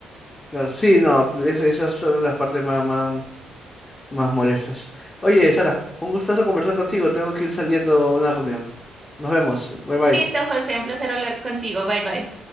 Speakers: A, on the left; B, on the right.
A: claro. Sí, no, es- esas son las partes más, más. más molestas. Oye, Sara, un gustazo conversar contigo. Tengo que ir saliendo a una reunión. Nos vemos. Bye bye.
B: Listo, José, un placer hablar contigo. Bye bye.